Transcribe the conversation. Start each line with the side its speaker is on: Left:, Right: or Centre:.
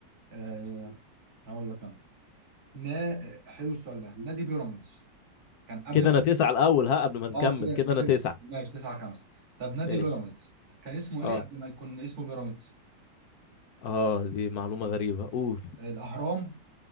Right: أه هقول لك انا نا حلو السؤال ده نادي بيراميدز كان قبل
Left: كده
Right: ما
Left: انا تسعه الاول ها قبل ما نكمل
Right: اه كده
Left: كده انا
Right: كده-
Left: تسعه
Right: ماشي 9 5 طب نادي
Left: ماشي
Right: بيراميدز كان اسمه
Left: اه
Right: ايه قبل ما يكون اسمه بيراميدز
Left: اه دي معلومه غريبه قول
Right: الاهرام